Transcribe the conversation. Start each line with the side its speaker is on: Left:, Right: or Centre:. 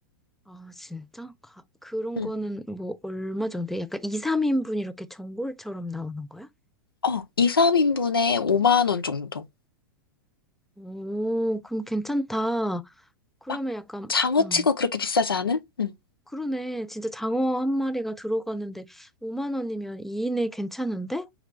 Centre: 아, 진짜? 가- 그런
Left: 응.
Centre: 거는 뭐 얼마 정도? 약간 2, 3인분 이렇게 전골처럼 나오는 거야?
Left: 어 2-3 인분에 5만원 정도.
Centre: 오, 그럼 괜찮다. 그러면
Left: 막
Centre: 약간,
Left: 장어치고
Centre: 음,
Left: 그렇게 비싸지 않은? 응
Centre: 그러네. 진짜 장어 한 마리가 들어가는데 5만 원이면 2인에 괜찮은데?